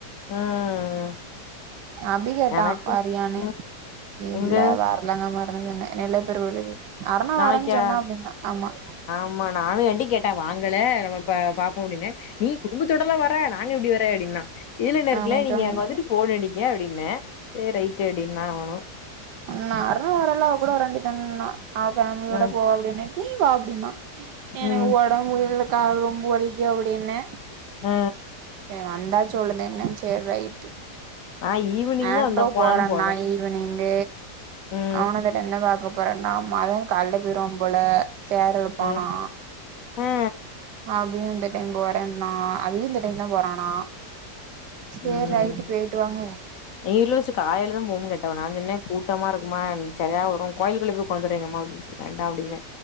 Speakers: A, on the left (about 60°); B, on the right (about 80°).
A: ம்
B: அபி கேட்டா
A: எனக்கு
B: வரியானு
A: ம்
B: இல்ல
A: எங்க
B: வேற லங்க மறந்து சொன்னே நெல்லயப்பர் கோயிலுக்கு அரணா
A: நாளைக்கா
B: வரேன்னு சொன்னா அப்டின்னா ஆமா
A: ஆமா நானுங்காட்டி கேட்டே வாங்கலே நம்ம ப பாப்போ அப்டின்னு நீ குடும்பத்தோடல்ல வர்ர நாங்க எப்டி வர அப்டின்னா இதுல என்ன இருக்குல
B: ஆமா
A: நீங்க
B: சொன்னே
A: அங்க வந்துட்டு ஃபோன் அடிங்க அப்டின்ன சேரி ரைட்டு அப்டின்னா அவணு
B: நா அருணா வரால்ல அவ கூட வர வேண்டிதன்னா அவ ஃபேமிலியோட
A: ம்
B: போ அப்டின்னு நீயும் வா அப்டினா எனக்கு
A: ம்
B: ஒடம்பு முடில கால் ரொம்ப வலிக்கு அப்டின்னே
A: அ
B: வந்தா சொல்லுதேன சேரி ரைட்டு
A: நா ஈவினிங்
B: ஆண்ட்ரோ
A: தா வந்தா போனாலு
B: போறனா
A: போவே
B: இப்ப நீங்க
A: ம்
B: அவனதான என்ன பாக்க போறன்னா மதன் காலைலயே போய்ருவான் போல சேர் இலுப்பானா
A: ம் ஆ
B: அபியும் இந்த டைம் போறேண்ணா அபியும் இந்த டைம்தா போறானா சேரி
A: ம்
B: ரைட்டு போயிட்டு வாங்க
A: எங்க வீட்ல வெச்சுட்டு காலைலதா போம் கேட்டவ நான் சொன்னே கூட்டமா இருக்குமான் சரியா வரு கோயில்கள்ள போய் உக்காந்துருவேன் எங்கம்மா வீட்டுக்கு ச் வேண்டா அப்டின்னே